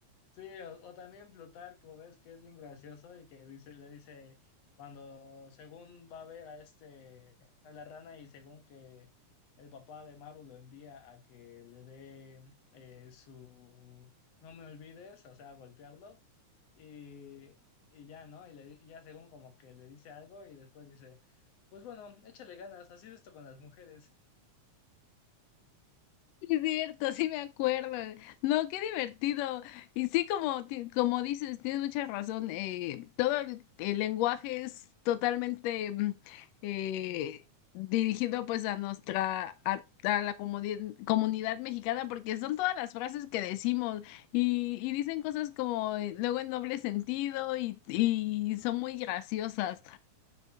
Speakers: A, on the left (about 60°); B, on the left (about 85°).
A: Sí, o, o también Plutarco, ves que es bien gracioso y que dice, le dice, cuando según va a ver a este, a la rana y según que el papá de Maru lo envía a que le dé eh, su, no me olvides, o sea, golpearlo, y, y ya, ¿no? Y, le, y ya según como que le dice algo y después dice, pues bueno, échale ganas, así es esto con las mujeres.
B: Sí, Es cierto, sí me acuerdo. No, qué divertido. Y sí, como, ti- como dices, tienes mucha razón. eh, todo el, el lenguaje es totalmente mm, eh, dirigido pues a nuestra, a, a la comodi- comunidad mexicana, porque son todas las frases que decimos y, y dicen cosas como eh, luego en doble sentido y, y son muy graciosas.